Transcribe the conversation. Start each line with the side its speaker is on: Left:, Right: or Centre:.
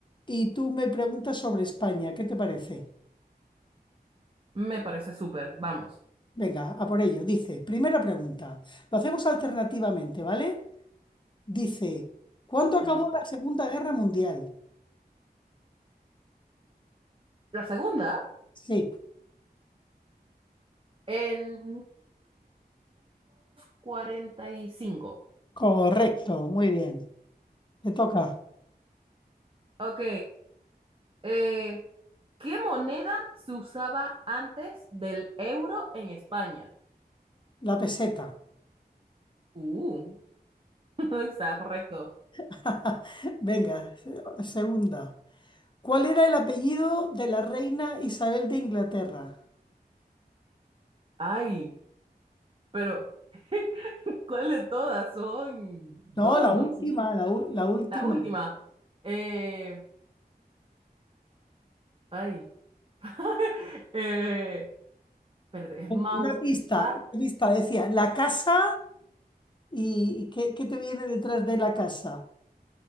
Left: y tú me preguntas sobre España. ¿Qué te parece?
Right: Me parece súper. Vamos,
Left: Venga, a por ello. Dice, primera pregunta. Lo hacemos alternativamente, ¿vale? Dice, ¿cuándo acabó
Right: listo.
Left: la Segunda Guerra Mundial?
Right: La segunda,
Left: Sí,
Right: en 1945.
Left: correcto, muy bien. Te toca
Right: Ok, eh, ¿qué moneda se usaba antes del euro en España?
Left: la peseta.
Right: Uh, <laughs> está correcto.
Left: <laughs> Venga, se- segunda. ¿Cuál era el apellido de la reina Isabel de Inglaterra?
Right: Ay, pero <laughs> ¿cuál de todas? Son dos,
Left: No, la
Right: ¿no?
Left: última,
Right: Sí,
Left: la, ú- la última.
Right: la última. Eh, ay. <laughs> Eh, pero es Mautbat.
Left: Una pista, una pista decía, la casa y, y ¿qué, qué te viene detrás de la casa?